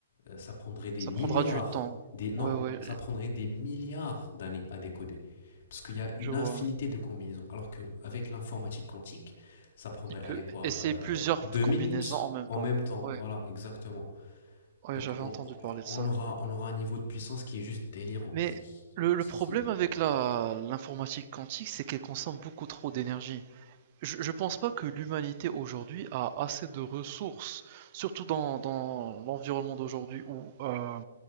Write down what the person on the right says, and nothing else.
ça
prendra du temps.
Ouais, ouais,
je vois.
Il peut
essayer
plusieurs
combinaisons
en même
temps.
Ouais,
ouais,
j'avais
entendu
parler de
ça.
Mais
le, le
problème avec la l'informatique quantique, c'est qu'elle consomme beaucoup trop d'énergie. Je, je pense pas que l'humanité aujourd'hui a assez de ressources, surtout dans, dans l'environnement d'aujourd'hui où euh,